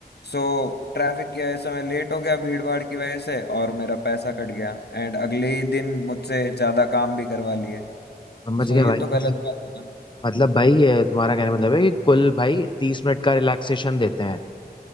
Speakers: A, on the left; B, on the left.
A: सो ट्रैफिक की वजह से मैं लेट हो गया भीड़ भाड़ की वजह से और मेरा पैसा कट गया एंड अगले ही दिन मुझसे ज्यादा काम भी करवा लिए
B: समझ
A: सो
B: गया
A: ये
B: भाई
A: तो
B: मतलब
A: गलत बात है ना
B: मतलब भाई ये तुम्हारा कहने का मतलब है कि कुल भाई तीस मिनट का रिलैक्सेशन देते हैं